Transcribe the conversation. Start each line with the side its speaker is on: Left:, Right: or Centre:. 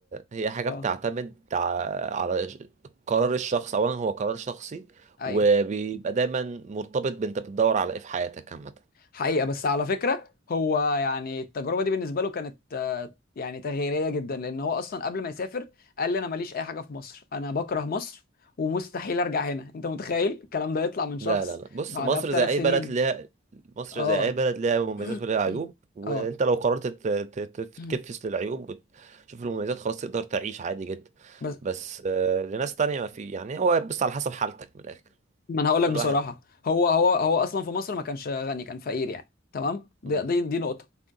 Right: هي حاجة
Left: اه
Right: بتعتمد ع- على ش- قرار الشخص أولا هو قرار شخصي
Left: ايوه
Right: وبيبقى دايما مرتبط بأنت بتدور على إيه في حياتك عامة
Left: حقيقة بس على فكرة هو يعني التجربة دي بالنسبة له كانت آه، يعني تغييرية جدا لأن هو أصلا قبل ما يسافر قال لي أنا ماليش أي حاجة في مصر أنا بكره مصر ومستحيل أرجع هنا أنت متخيل الكلام ده يطلع من شخص
Right: لا لا لا بص
Left: بعدها
Right: مصر
Left: بثلاث
Right: زي أي
Left: سنين
Right: بلد ليها مصر
Left: آه
Right: زي أي بلد ليها مميزات
Left: <coughs>
Right: وليها
Left: <clears throat>
Right: عيوب وأنت
Left: آه
Right: لو قررت ت- ت- ت- تتكفس
Left: <clears throat>
Right: للعيوب وتشوف المميزات خلاص تقدر تعيش عادي جدا
Left: بس
Right: بس آه، لناس تانية ما في يعني هو بس على حسب حالتك من الآخر
Left: ما أنا هقول لك
Right: كل
Left: بصراحة
Right: واحد
Left: هو هو هو أصلا في مصر ما كانش غني كان فقير يعني تمام دي
Right: مم.
Left: دي, دي نقطة